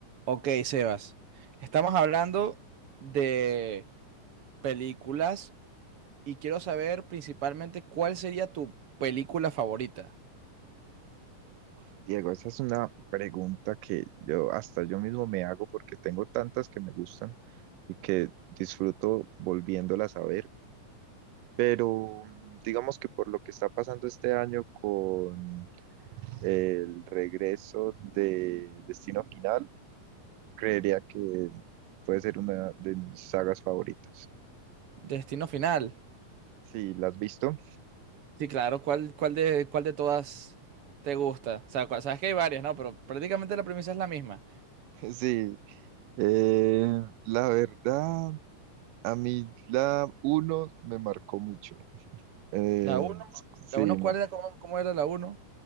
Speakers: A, on the right (about 50°); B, on the right (about 85°).
A: Ok, Sebas, estamos hablando de películas y quiero saber principalmente cuál sería tu película favorita.
B: Diego, esa es una pregunta que yo hasta yo mismo me hago porque tengo tantas que me gustan y que disfruto volviéndolas a ver, pero mm, digamos que por lo que está pasando este año con el regreso de Destino Final, creería que puede ser una de mis sagas favoritas.
A: Destino Final.
B: Sí, ¿la has visto?
A: Sí, claro, ¿cuál, cuál de, cuál de todas te gusta? O sea, cua- sabes que hay varias, ¿no? Pero prácticamente la premisa es la misma.
B: <laughs> Sí, eh, la verdad, a mí la uno me marcó mucho. Eh,
A: La uno,
B: sí,
A: la uno, ¿cuál era? ¿Cómo, cómo era la uno?